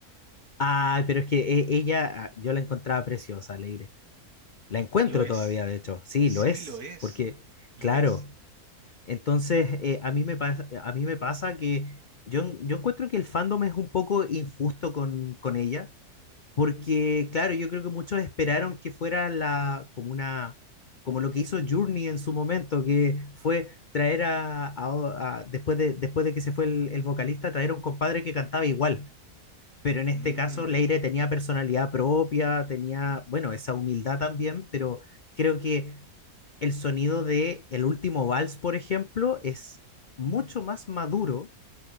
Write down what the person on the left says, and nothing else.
Ay, pero es que e- ella, ah, yo la encontraba preciosa, Leire. La encuentro
todavía, de hecho. Sí,
lo es,
porque,
claro.
Entonces, eh, a mí me pasa, a mí me pasa que yo, yo encuentro que el fandom es un poco injusto con, con ella, porque, claro, yo creo que muchos esperaron que fuera la, como una, como lo que hizo Journey en su momento, que fue traer a, a- a- después de, después de que se fue el, el vocalista, traer a un compadre que cantaba igual. Pero en este
caso, Leire tenía personalidad propia, tenía, bueno, esa humildad también, pero creo que el sonido de El último vals, por ejemplo, es mucho más maduro